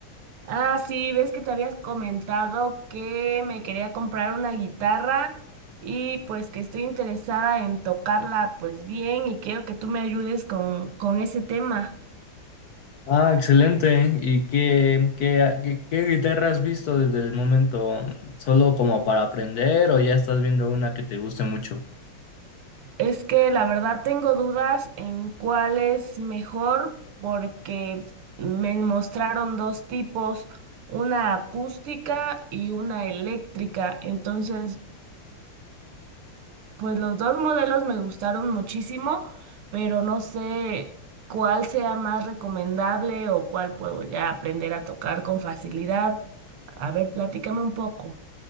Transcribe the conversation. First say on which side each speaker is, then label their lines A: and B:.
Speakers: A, on the right; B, on the left.
A: Ah, sí, ves que te habías comentado que me quería comprar una guitarra y pues que estoy interesada en tocarla pues bien y quiero que tú me ayudes con, con ese tema.
B: Ah, excelente. ¿Y qué, qué, qué, qué guitarra has visto desde el momento? ¿Solo como para aprender o ya estás viendo una que te guste mucho?
A: Es que la verdad tengo dudas en cuál es mejor porque me mostraron dos tipos, una acústica y una eléctrica. Entonces Pues los dos modelos me gustaron muchísimo, pero no sé cuál sea más recomendable o cuál puedo ya aprender a tocar con facilidad. A ver, platícame un poco.